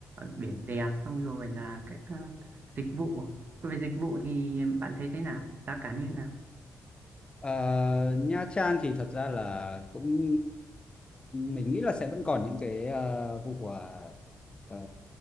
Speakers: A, on the right; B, on the left.
A: biển đẹp xong rồi là các ờ, dịch vụ về dịch vụ thì bạn thấy thế nào giá cả như thế nào
B: Ờ, Nha Trang thì thật ra là cũng mình nghĩ là sẽ vẫn còn những cái ờ, vụ ờ, ờ,